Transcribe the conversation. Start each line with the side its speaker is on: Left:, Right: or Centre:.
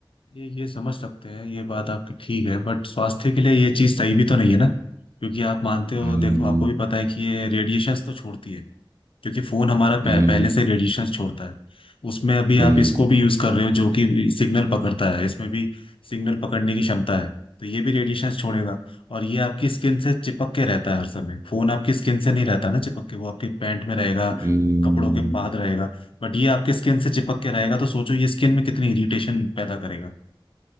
Left: ये ये समझ सकते हैं ये बात आपकी ठीक है बट स्वास्थ्य के लिए ये चीज सही भी तो नहीं है ना क्योंकि आप मानते हो
Right: हम्म
Left: देखो आपको भी पता है कि ये रेडिएशंस तो छोड़ती है क्योंकि फोन हमारा पह,
Right: हम्म
Left: पहले से रेडिएशन छोड़ता है उसमें अभी
Right: हम्म
Left: आप इसको भी यूज कर रहे हो जो कि सिग्नल पकड़ता है इसमें भी सिग्नल पकड़ने की क्षमता है तो ये भी रेडिएशन छोड़ेगा और ये आपकी स्किन से चिपक के रहता है हर समय फोन आपकी स्किन से नहीं रहता ना चिपक के वो आपके पैंट में रहेगा
Right: हम्म।
Left: कपड़ों के पाद रहेगा बट ये आपके स्किन से चिपक के रहेगा तो सोचो ये स्किन में कितनी इरिटेशन पैदा करेगा